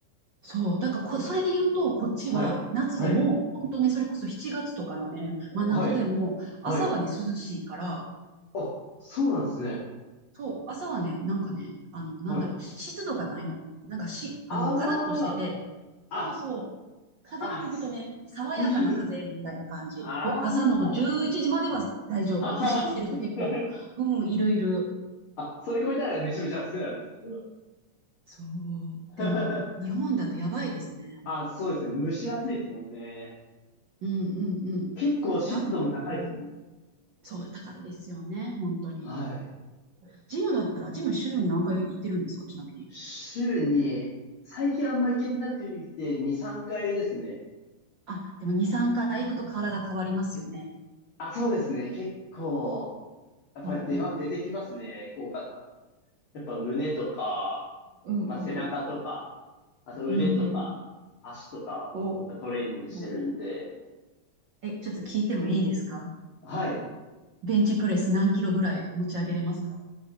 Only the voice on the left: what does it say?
はい。はい。
はい。はい。
あ、そうなんですね。
はい。
ああ、
あ、
あ、す
いい。ああ、
あはは、
あそれ超えたらめちゃめちゃ暑くなるんですね。
<laughs>
あ、
そうですね。蒸し暑いですもんね。
結構湿度も高いですもん。
はい。
週に、最近あんま行けてなくて、2、3回ですね。
あ、そうですね。結構、やっぱ出ま、
出てきますね。効果が。やっぱ胸とか、
まあ、背中とか、あと腕とか、
足とか、
やっぱトレーニングしてるんで。
はい。